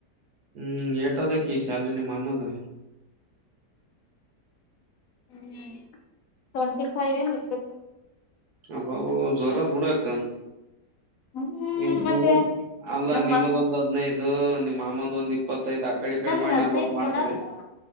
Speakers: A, on the right (about 70°); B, on the left (about 65°).
A: ಹ್ಮ್ ಟದಕ ಶ್ಯಾಲರಿ ನಿಮ್ಮ ಮಾಮಾಗ
B: ಹ್ಮ್ ಟ್ವೆಂಟಿ ಫೈವ್ ಏನ್ ಇರ್ಬೇಕು
A: ಅ ಜೋರತ್ ಉಡಾಕ್ಕ
B: ಹ್ಮ್
A: ನಿಮ ನಿಮದ
B: ಮತ್ತೆ
A: ಅಲ್ಲ
B: ನಮ್ಮ
A: ನಿಮ್ಮದೊಂದ್
B: ಅಕ್
A: ಹದ್ನೈದು ಅದು ನಿಮ್ಮ ಮಾಮಂದ ಒಂದಿಪ್ ಇಪ್ಪತ್ತಐತ್ ಆ ಕಡೆ ಈ ಕಡೆ
B: ನನ್ಗೆ
A: ಮಾಡಿ
B: ಹದ್ನೈದು
A: ನಲ್ವತ್ ಮಾಡ್ತರಿ
B: ಕೊಡಲ್ಲ